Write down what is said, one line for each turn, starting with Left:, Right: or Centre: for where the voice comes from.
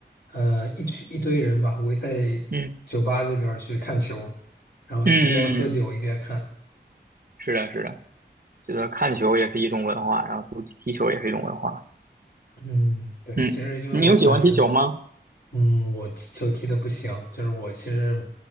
Left: 呃，一群一堆人吧，围在酒吧这边儿去看球，
Right: 嗯嗯
Left: 然后一边儿喝酒一边儿看。
Right: 嗯嗯，是的，是的。觉得看球也是一种文化，然后足球踢球也是一种文化。
Left: 嗯，对，
Right: 嗯，
Left: 其实因为我本身
Right: 你有喜欢踢球吗？
Left: 嗯，我踢球踢的不行，就是我其实